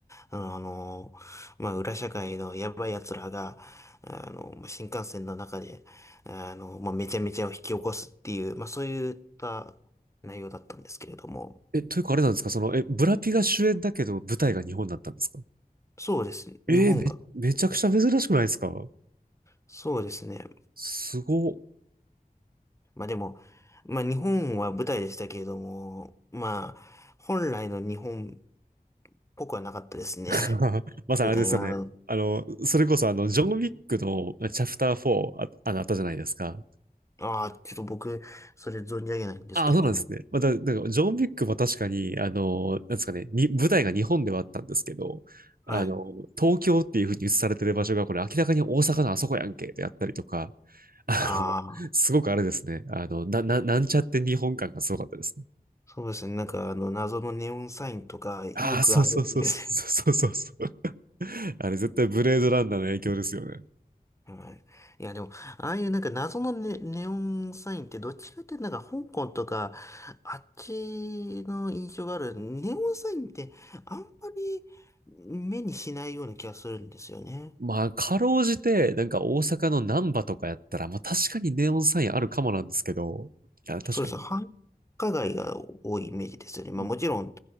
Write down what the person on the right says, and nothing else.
え、というかあれなんですかその、え、ブラピが主演だけど舞台が日本だったんですか
えーめ、
めちゃくちゃ珍しくないですか
すごっ。
<laughs>
まさにあれですよね。
あの、それこそあの、ジョン・ウィックのあチャプター4あ、あの、あったじゃないですか。
あ、そうなんですね。また、なんからジョン・ウィックも確かに、あの、なんですかね、に、舞台が日本ではあったんですけど、
あの、東京っていうふうに映されてる場所が、これ明らかに大阪のあそこやんけ、であったりとか、あの、
すごくあれですね。あの、な、な、なんちゃって日本感がすごかったですね。
ああ、そうそうそうそうそうそうそうそう。<laughs> あれ絶対ブレードランナーの影響ですよね。
まあ、かろうじて、なんか大阪の難波とかやったら、まあ確かにネオンサインあるかもなんですけど、いや、確かに。
うん